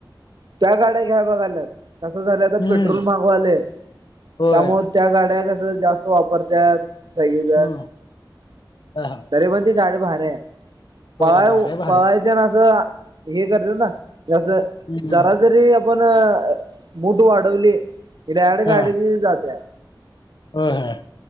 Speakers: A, on the right; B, on the left.
A: त्या गाड्या घ्याय बघाल्यात. कसं झालंय आता
B: हम्म
A: पेट्रोल महाग व्हालय
B: होय
A: त्यामुळे त्या गाड्या कस जास्त. जास्त वापरत्यात सगळीजण
B: हम्म हा
A: तरी पण ती गाडी भारी आहे.
B: होय
A: पळाय
B: गाड्या
A: ओ
B: भारी
A: पळायतेन असं हे करत्यातना म्हणजे असं
B: हम्म
A: जरा जरी. पण मूठ वाढवली की डायरेक्टर
B: हा
A: गाडी ती जातीया.
B: होय होय.